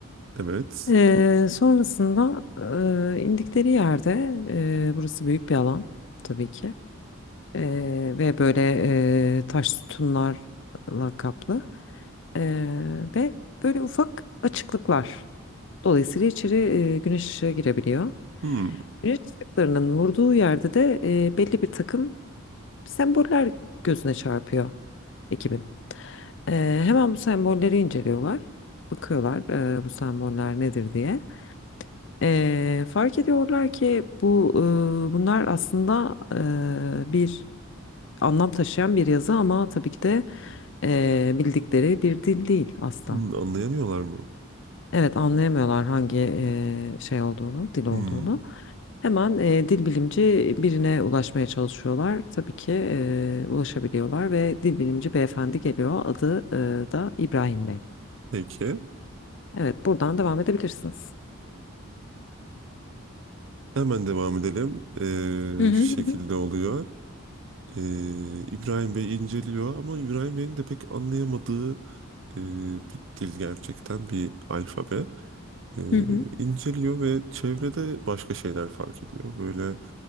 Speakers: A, on the right; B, on the left.
A: Evet.
B: Ee, sonrasında ee, indikleri yerde ee, burası büyük bir alan tabii ki Ee, ve böyle ee, taş sütunlarla kaplı. Ee, ve böyle ufak açıklıklar. Dolayısıyla içeri e, güneş ışığı girebiliyor.
A: Hmm.
B: Güneş ışıklarının vurduğu yerde de e, belli bir takım semboller gözüne çarpıyor ekibin. Ee, hemen bu sembolleri inceliyorlar. Bakıyorlar e, bu semboller nedir diye. Ee, fark ediyorlar ki bu e, bunlar aslında e, bir anlam taşıyan bir yazı ama tabii ki de e, bildikleri bir dil değil asla.
A: Hmm, anlayamıyorlar mı?
B: Evet anlayamıyorlar hangi eee, şey olduğunu, dil olduğunu.
A: Hmm.
B: Hemen eee, dil bilimci birine ulaşmaya çalışıyorlar. Tabii ki eee, ulaşabiliyorlar ve dil bilimci beyefendi geliyor. Adı eee, da İbrahim Bey.
A: Peki.
B: Evet buradan devam edebilirsiniz.
A: Hemen devam edelim. Ee,
B: Hı hı
A: şu şekilde
B: hı hı.
A: oluyor. Ee, İbrahim Bey inceliyor ama İbrahim Bey'in de pek anlayamadığı e, bir dil gerçekten bir alfabe. e,
B: hı hı.
A: inceliyor ve çevrede başka şeyler fark ediyor. Böyle